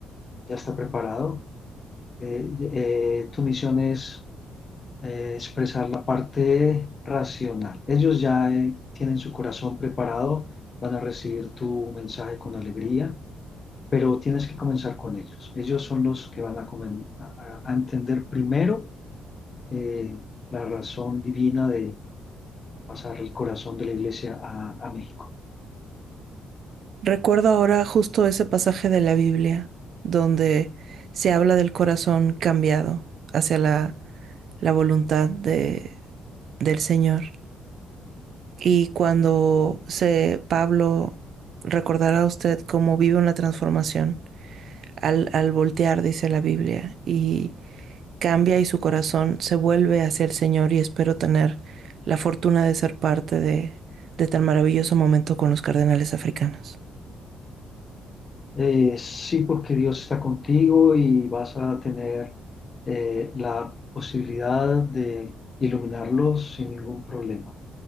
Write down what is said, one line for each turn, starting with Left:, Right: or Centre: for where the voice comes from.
Left: ya está preparado, eh, eh, tu misión es eh, expresar la parte racional. Ellos ya eh, tienen su corazón preparado, van a recibir tu mensaje con alegría pero tienes que comenzar con ellos. Ellos son los que van a, a- a entender primero eh, la razón divina de pasar el corazón de la iglesia a, a México.
Right: Recuerdo ahora justo ese pasaje de la Biblia donde se habla del corazón cambiado hacia la, la voluntad de, del Señor. Y cuando se, Pablo recordará a usted cómo vive una transformación al, al voltear, dice la Biblia, y cambia y su corazón se vuelve hacia el Señor y espero tener la fortuna de ser parte de, de tan maravilloso momento con los cardenales africanos.
Left: Eh, sí, porque Dios está contigo y vas a tener eh, la posibilidad de iluminarlos sin ningún problema.